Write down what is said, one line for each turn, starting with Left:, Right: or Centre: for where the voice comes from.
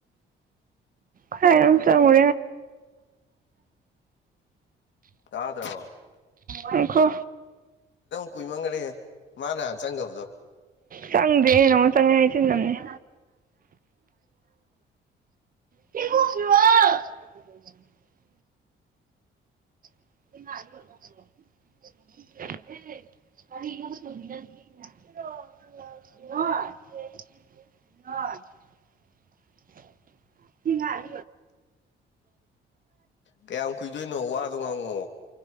Right: ꯈꯥꯏꯅ ꯆ ꯃ
Left: ꯇꯥꯗ꯭ꯔꯣ
Right: ꯍꯥꯏꯈꯣ ꯑꯈꯣ
Left: ꯀꯨꯏꯃꯟꯒ꯭ꯔꯦ ꯃꯥꯅꯥ ꯍꯟ ꯆꯪꯒꯕꯗꯣ
Right: ꯆꯪꯗꯦ ꯅꯉꯣꯟ ꯆꯪꯉꯦ ꯍꯥꯏꯆꯤꯟ ꯅꯝꯅꯦ <unintelligible> ꯀꯦꯀꯨ <unintelligible> <unintelligible> <unintelligible> ꯀꯔꯤꯅꯣꯕ <unintelligible> <unintelligible>
Left: ꯀꯌꯥꯝ ꯀꯨꯏꯗꯣꯏꯅꯣ ꯋꯥꯗꯣ ꯉꯥꯡꯉꯣ